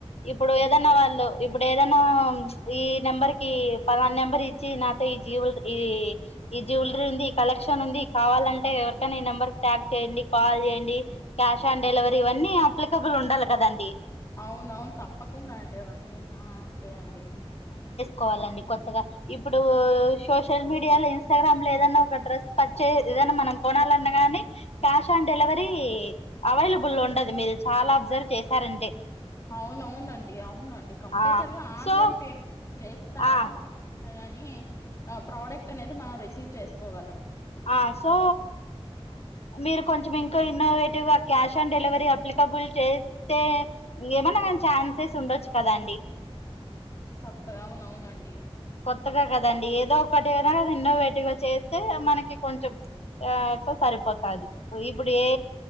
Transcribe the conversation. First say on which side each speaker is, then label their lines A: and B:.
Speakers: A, on the left; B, on the left.
A: ఇప్పుడు ఏదన్నా వాళ్ళు ఇప్పుడు ఏదనా ఈ నెంబర్ కి పాలన నెంబర్ ఇచ్చి నాతో ఈ జ్యువెల్రీ ఈ ఈ జ్యువెలరీ ఉంది ఈ కలెక్షన్ ఉంది కావాలంటే ఎవరికైన ఈ నంబర్ ట్యాగ్ చేయండి కాల్ చేయండి క్యాష్ ఆన్ డెలివరీ ఇవన్నీ అప్లికబుల్ ఉండాలి కదండి.
B: అవును అవును తప్పకుండా అండి అవన్ని ఆ ఓకే అండి
A: కోవాలండి కొత్తగా ఇప్పుడు సోషల్ మీడియాలో ఇన్స్టాగ్రామ్ లో ఏదైనా ఒక డ్రెస్ పర్చే ఏదైనా మనం కొనాలన్నా గాని క్యాష్ ఆన్ డెలివరీ ఈ అవైలబుల్ ఉండదు మీరు చాలా అబ్జర్వ్ చేశారంటె
B: అవునవునండి అవునండి కంపల్సరి
A: ఆ
B: గా ఆన్లైన్
A: సో
B: పేమెంట్ చేసిన తర్వాత
A: ఆ
B: మనకి గాని ఆ ప్రోడక్ట్ అనేది మనం రిసీవ్ చేసుకోగలం
A: ఆ సో మీరు కొంచెం ఇంకా ఇన్నోవేటివ్గా క్యాష్ ఆన్ డెలివరీ అప్లికబుల్ చేస్తే ఏమన్నా ఛాన్సెస్ ఉండొచ్చు కదాండి.
B: కప్పదు అవున అవునండి
A: కొత్తగా కదండి ఏదో ఒకటి ఐనా అది ఎన్నో వేటిగా చేస్తే మనకి కొంచెం సరిపోతది ఇప్పుడు ఏ